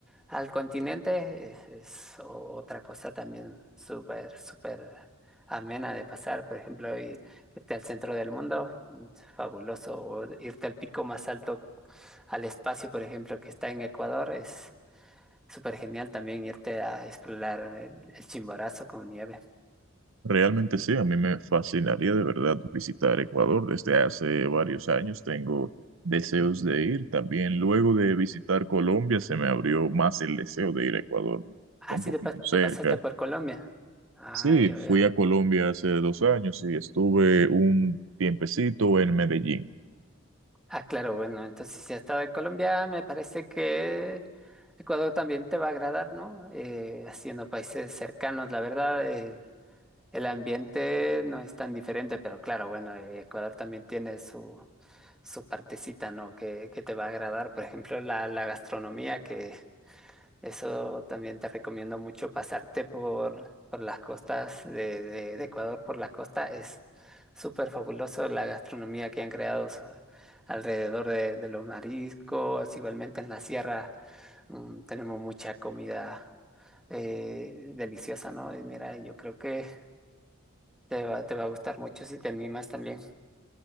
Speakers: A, in the centre; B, on the right.
A: al continente es, es o- otra cosa también súper, súper amena de pasar. Por ejemplo, ir- irte al centro del mundo, mm, fabuloso. O irte al pico más alto, al espacio, por ejemplo, que está en Ecuador, es súper genial también irte a explorar el, el Chimborazo con nieve.
B: Realmente sí, a mí me fascinaría de verdad visitar Ecuador. Desde hace varios años tengo deseos de ir. También luego de visitar Colombia se me abrió más el deseo de ir a Ecuador,
A: Ah,
B: un
A: sí,
B: poquito
A: te, pas-
B: cerca.
A: te pasaste por Colombia. Ah,
B: Sí,
A: yo
B: fui
A: veo.
B: a Colombia hace dos años y estuve un tiempecito en Medellín.
A: Ah, claro, bueno, entonces si has estado en Colombia, me parece que Ecuador también te va a agradar, ¿no? Eh, haciendo países cercanos, la verdad, eh, el ambiente no es tan diferente, pero claro, bueno, eh, Ecuador también tiene su, su partecita, ¿no? Que, que te va a agradar, por ejemplo, la, la gastronomía, que eso también te recomiendo mucho pasarte por, por las costas de, de- de Ecuador, por la costa. Es súper fabuloso la gastronomía que han creado so- alrededor de, de los mariscos. Igualmente en la sierra mm, tenemos mucha comida eh, deliciosa, ¿no? Y mira, yo creo que te va, te va a gustar mucho si te animas también.